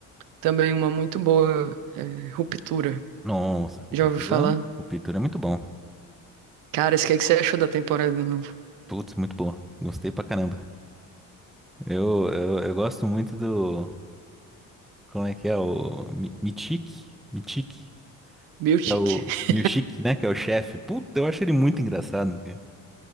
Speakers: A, on the right; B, in the centre.
A: também uma muito boa é, Ruptura.
B: Nossa, o
A: Já
B: Pitura,
A: ouvi falar?
B: o Pitura é muito bom.
A: Cara, isso que é que você achou da temporada nova?
B: Putz, muito bom. Gostei pra caramba. Eu, eu, eu gosto muito do. Como é que é? O Mi- Mitique? Mitique?
A: Miltic.
B: que é o
A: <laughs>
B: Milchick, né? Que é o chefe. Puta, eu acho ele muito engraçado, né, cara.